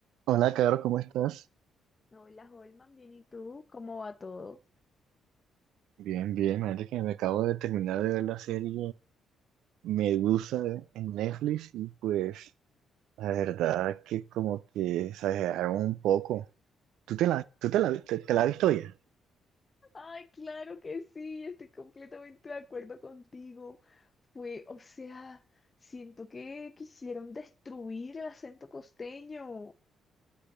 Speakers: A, on the right; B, on the left.
A: Hola, Caro, ¿cómo estás?
B: Hola, Holman, bien, ¿y tú? ¿Cómo va todo?
A: Bien, bien, imagínate que me acabo de terminar de ver la serie Medusa en Netflix y pues la verdad que como que exageraron un poco. ¿Tú te la, tú te la, te, te la has visto ya?
B: Ay, claro que sí, estoy completamente de acuerdo contigo. Fue, o sea, siento que quisieron destruir el acento costeño.